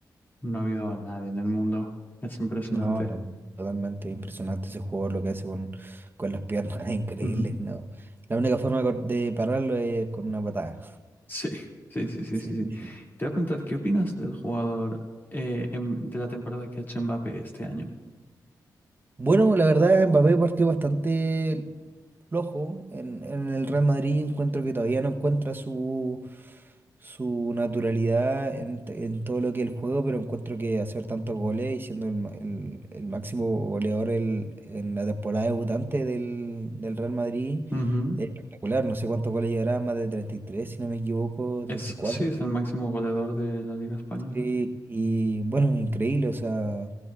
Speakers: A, on the left; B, on the right.
A: No ha habido a nadie en el mundo. Es impresionante.
B: No, la- totalmente impresionante ese jugador, lo que hace con, con las piernas, <laughs> es increíble,
A: Ujú.
B: no. La única forma de cor- de pararlo es con una patada.
A: Sí, sí, sí, sí,
B: sí
A: sí, sí.
B: sí Sí,
A: Te voy a preguntar, ¿qué opinas del jugador eh, em- de la temporada que ha hecho Mbappé este año?
B: Bueno, la verdad, Mbappé partió bastante flojo en, en el Real Madrid. Encuentro que todavía no encuentra su, su naturalidad en, t- en todo lo que es el juego, pero encuentro que hacer tantos goles y siendo el, ma- el- el máximo goleador el- en la temporada debutante del, del Real Madrid
A: Ujú.
B: es espectacular. No sé cuántos goles llegará, más de 33, si no me equivoco, 34.
A: Es, sí, es el máximo goleador de la Liga Española.
B: Sí, y bueno, increíble, o sea.